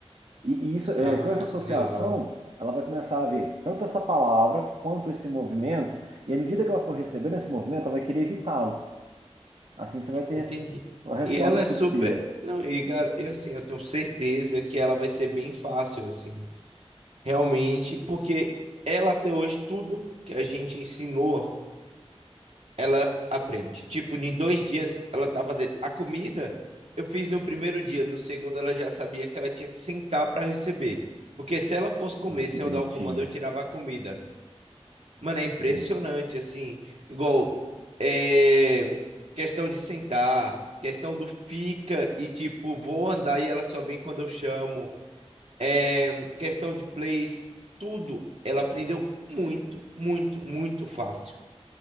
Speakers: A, on the right; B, on the right.
A: E, e isso, é,
B: Ah,
A: com essa associação,
B: que legal.
A: ela vai começar a ver tanto essa palavra quanto esse movimento, e à medida que ela for recebendo esse movimento, ela vai querer evitá-lo. Assim você vai ter
B: Entendi.
A: a resposta
B: E ela
A: que
B: é super.
A: você precisa.
B: Não, e, gar... e assim, eu tenho certeza que ela vai ser bem fácil, assim. realmente, porque ela até hoje, tudo que a gente ensinou, ela aprende. Tipo, em dois dias ela tá fazendo. A comida eu fiz no primeiro dia, no segundo ela já sabia que ela tinha que sentar para receber. Porque se ela fosse comer
A: Ai, que
B: sem
A: bonitinha.
B: eu dar o comando, eu tirava a comida. Mano, é impressionante,
A: Hum.
B: assim. Igual, é... questão de sentar, questão do fica e tipo, vou andar e ela só vem quando eu chamo é, questão de plays, tudo, ela aprendeu muito, muito, muito fácil.